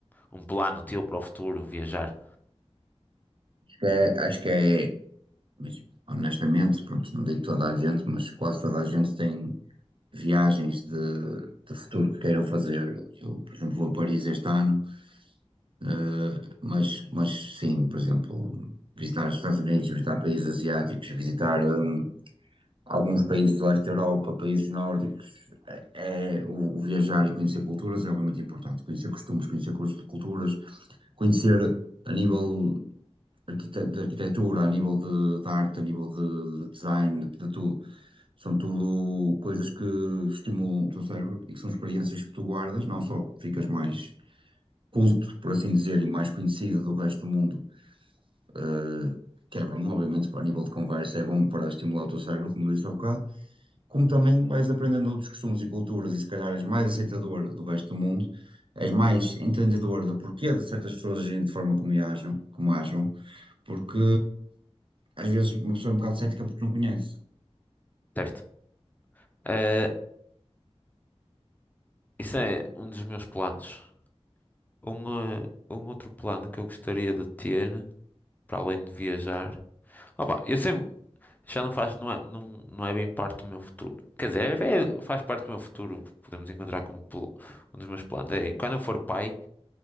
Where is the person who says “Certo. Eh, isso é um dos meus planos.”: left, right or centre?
Left